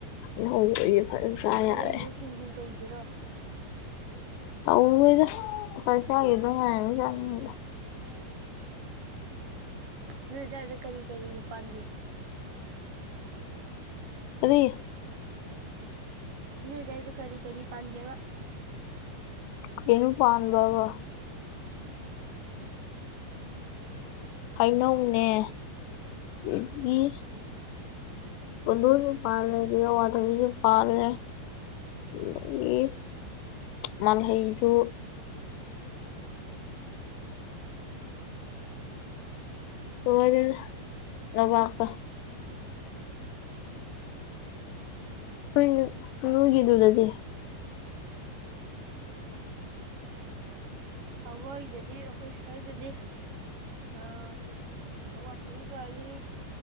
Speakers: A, on the left (about 75°); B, on the right (about 60°).
A: <unintelligible> ꯐꯖꯅ ꯆꯥ ꯌꯥꯔꯦ
B: ꯍꯣꯔꯦꯟꯗꯤ ꯁꯤꯡꯖꯨ ꯇꯧꯖꯤꯔꯣ
A: ꯇꯎꯔꯣꯏꯗ ꯉꯁꯥꯏ ꯆꯥꯒꯤꯕꯗ ꯉꯥꯏꯔꯤꯝꯅ ꯆꯥꯅꯤꯡꯗꯦ
B: ꯅꯤꯛ ꯅꯣꯏ ꯑꯗ꯭ꯋꯥꯏꯗ ꯀꯔꯤ ꯀꯔꯤꯒ ꯄꯥꯟꯒꯦ
A: ꯑꯗꯨꯏ
B: ꯅꯣꯏ ꯑꯗ꯭ꯋꯥꯏꯗ ꯀꯔꯤ ꯀꯔꯤ ꯄꯥꯟꯒꯦ ꯍꯥꯏꯕ
A: ꯀꯩꯅꯣ ꯄꯥꯟꯕꯕꯨ ꯍꯩꯅꯧꯅꯦ <unintelligible> ꯄꯨꯟꯗꯣꯟꯖꯨ ꯄꯥꯂꯦ ꯑꯗꯨ ꯑꯋꯥꯊꯕꯤꯁꯨ ꯄꯥꯂꯦ <unintelligible> ꯃꯥꯜꯍꯩꯖꯨ ꯅꯨꯡꯉꯥꯏꯗꯦꯗ ꯅꯣꯕꯥꯞꯀ ꯍꯣꯏ ꯅꯣꯏꯒꯤꯗꯨꯗꯗꯤ
B: ꯑꯩꯈꯣꯏꯗꯗꯤ ꯑꯩꯈꯣꯏ ꯁ꯭ꯋꯥꯏꯗꯗꯤ ꯑꯥ ꯀꯔꯤ ꯑꯋꯥꯊꯕꯤ ꯄꯥꯥꯜꯂꯤ